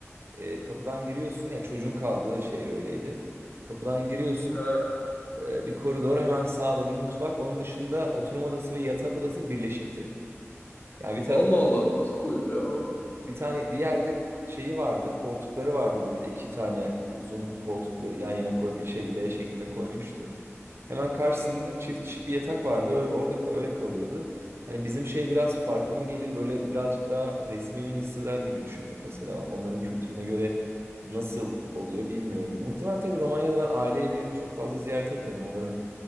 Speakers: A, on the right; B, on the left.
A: E, kapıdan giriyorsun ya çocuğun kaldığı şey öyleydi. Kapıdan giriyorsun
B: Ha.
A: e, bir koridor hemen sağda bir mutfak. Onun dışında oturma odası ve yatak odası birleşikti. Yani bir tarafı
B: Allah Allah nasıl koyuyor ya o?
A: bir tane bir yerde şeyi vardı, koltukları
B: Hı
A: vardı böyle iki tane uzun koltuk böyle yan yana koymuş şey L şeklinde koymuştu. Hemen karşısında
B: Hı hı.
A: çift kişilik bir yatak vardı. Ö- Orada ka- öyle kalıyordu. Hani bizim şey biraz farklı mı gelir böyle birazcık daha resmi mi hisseder gibi düşündüm mesela. Onların kültürüne göre nasıl oluyor bilmiyorum. Muhtemelen tabii Romanya'da ben aile evlerini çok fazla ziyaret etmedim. Onların